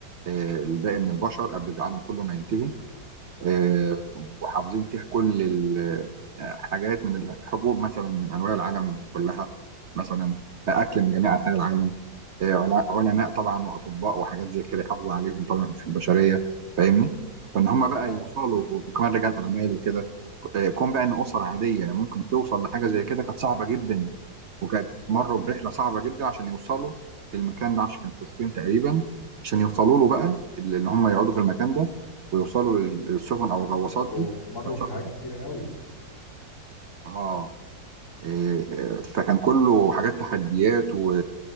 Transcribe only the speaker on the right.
آه، الباقي من البشر قبل العالم كله ما ينتهي آه، وحافظين فيه كل الحاجات من الحبوب مثلا من انواع العالم كلها مثلا اكل من جميع انحاء العالم آه، عل- علماء طبعا واطباء وحاجات زي كده يحافظوا عليهم طبعا في البشريه فاهمني فان هم بقى
يوصلوا وكمان رجال اعمال وكده آه، كون بقى ان اسر عاديه ممكن توصل لحاجه زي كده كانت صعبه جدا وكانت مروا برحله صعبه جدا عشان يوصلوا للمكان ده معرفش كان في الصين تقريبا عشان يوصلوا له بقى اللي هم يقعدوا في المكان ده ويوصلوا لل- للسفن او الغواصات
دي
كانت
صعبة جدا.
اه إيه، فكان كله حاجات تحديات و...